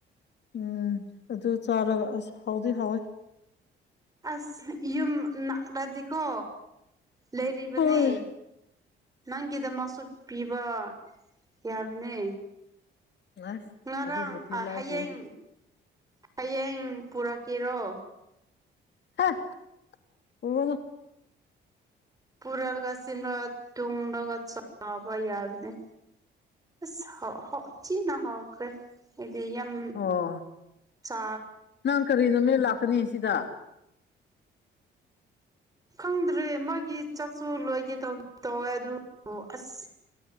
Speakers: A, on the left; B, on the right.
A: ꯎꯝ ꯑꯗꯨ ꯆꯥꯔꯒ ꯑꯁ ꯍꯥꯎꯗꯤ ꯍꯥꯎꯋꯦ
B: ꯑꯁ ꯌꯨꯝ ꯅꯥꯛꯔꯗꯤꯀꯣ ꯂꯩꯔꯤꯕꯅꯦ
A: ꯍꯣꯏ
B: ꯅꯪꯒꯤꯗꯃꯛꯁꯨ ꯄꯤꯕ ꯌꯥꯕꯅꯦ
A: ꯑꯁ
B: ꯉꯔꯥꯡ
A: ꯑꯗꯨꯕꯨꯗꯤ ꯂꯥꯏꯔꯤ
B: ꯍꯌꯦꯡ ꯍꯌꯦꯡ ꯄꯨꯔꯛ ꯀꯦꯔꯣ
A: ꯍꯦ ꯄꯨꯒꯅꯨ
B: ꯄꯨꯔꯒꯁꯤ ꯇꯨꯡꯗꯒ ꯆꯕ ꯌꯥꯕꯅꯦ ꯑꯁ ꯍ ꯥꯎ ꯍ ꯥꯎ ꯆꯤꯅꯥ ꯍꯥꯎꯈ꯭ꯔꯦ ꯕꯤꯌꯝ
A: ꯑꯣ
B: ꯆꯥ
A: ꯅꯪ ꯀꯔꯤ ꯅꯨꯃꯤꯠ ꯂꯥꯛꯀꯅꯤ ꯁꯤꯗ
B: ꯈꯪꯗ꯭ꯔꯦ ꯃꯥꯒꯤ ꯆꯥꯛꯁꯨ ꯂꯣꯏꯒꯦ ꯇꯧꯕ ꯇꯧꯋꯦ ꯑꯗꯨꯕꯨ ꯑꯁ